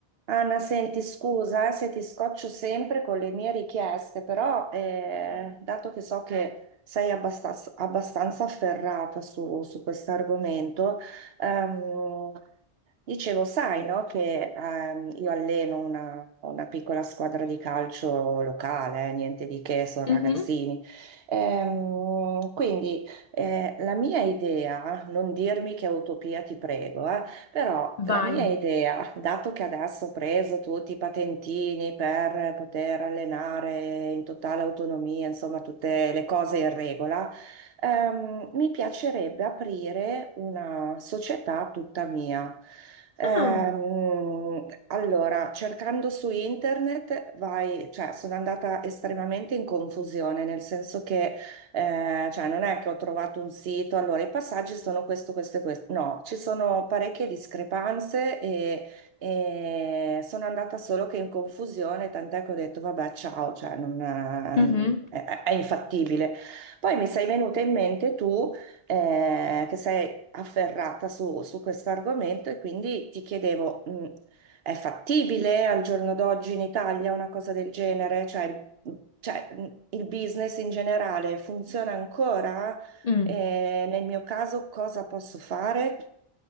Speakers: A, on the right; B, on the left.
A: Anna, senti, scusa, eh, se ti scoccio sempre con le mie richieste, però eh, dato che so che sei abbastas- abbastanza, afferrata su, su questo argomento, ehm, Dicevo, sai, no, che ehm, io alleno una, una piccola squadra di calcio locale, eh, niente di che, sono
B: Mhm.
A: ragazzini. Ehm, quindi eh, la mia idea, non dirmi che è utopia, ti prego, eh, però
B: Vai.
A: la mia idea, dato che adesso ho preso tutti i patentini per poter allenare in totale autonomia, insomma, tutte le cose in regola. Ehm, mi piacerebbe aprire una società tutta mia. Ehm,
B: Ah,
A: allora, cercando su internet, vai, cioè, sono andata estremamente in confusione, nel senso che, eh, cioè, non è che ho trovato un sito, allora i passaggi sono questo, questo e questo. No, ci sono parecchie discrepanze e, e sono andata solo che in confusione, tant'è che ho detto, vabbè, ciao, cioè, non, eh,
B: mhm,
A: è è infattibile. Poi mi sei venuta in mente tu eh, che sei afferrata su, su questo argomento e quindi ti chiedevo, mh, è fattibile al giorno d'oggi in Italia una cosa del genere? Cioè, il, cioè, mh, il business in generale funziona ancora?
B: mm.
A: E nel mio caso cosa posso fare?